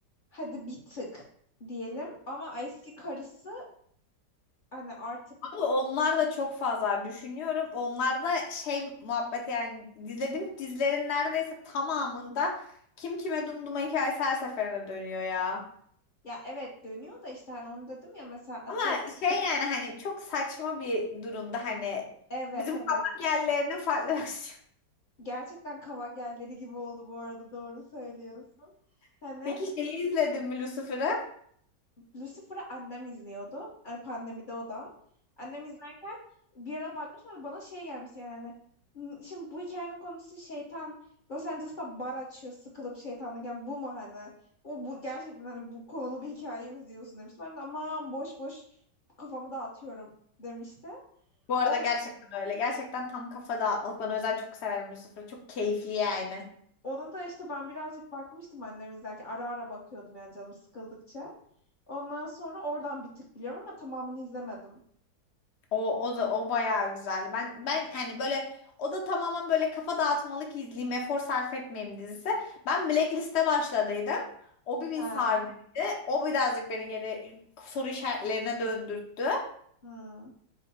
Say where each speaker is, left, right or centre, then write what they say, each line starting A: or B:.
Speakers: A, on the left (about 40°); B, on the left (about 75°).
A: hadi bir tık diyelim ama eski karısı hani artık
B: Ama onlar da çok fazla düşünüyorum. Onlar da şey muhabbeti yani dizledim dizilerin neredeyse tamamında kim kime dumduma hikayesi her seferinde dönüyor ya.
A: Ya evet dönüyor da işte hani onu dedim ya mesela atıyorum.
B: Ama şey yani hani çok saçma bir durumda hani
A: Evet
B: bizim
A: evet.
B: kavak yerlerinin farklı versiyonu.
A: Gerçekten Kavagelleri gibi oldu bu arada doğru söylüyorsun. Hani
B: <laughs> Peki şeyi izledin mi Lucifer'ı?
A: Lucifer'ı annem izliyordu. Hani pandemide o da. Annem izlerken bir ara bakmış bana bana şey gelmiş yani hani, "N- Şimdi bu hikayenin konusu şeytan Los Angeles'ta bar açıyor sıkılıp şeytanlık. Yani bu mu hani? O bu gerçekten hani bu konulu bir hikaye mi izliyorsun demiştim. Ben de aman boş boş kafamı dağıtıyorum demişti.
B: Bu arada
A: O
B: gerçekten öyle. Gerçekten tam kafa dağıtmalık. Ben o yüzden çok severim Lucifer'ı. Çok keyifli yani.
A: Onu da işte ben birazcık bakmıştım annem izlerken. Ara ara bakıyordum yani canım sıkıldıkça. Ondan sonra oradan bir tık biliyorum ama tamamını izlemedim.
B: O, o da o bayağı güzeldi. Ben ben hani böyle o da tamamen böyle kafa dağıtmalık izleyeyim, efor sarf etmeyeyim dizisi. Ben Blacklist'e başladıydım. O bir, bir
A: Ha.
B: sardıydı. O birazcık beni geri soru işaretlerine döndürttü.
A: hmm.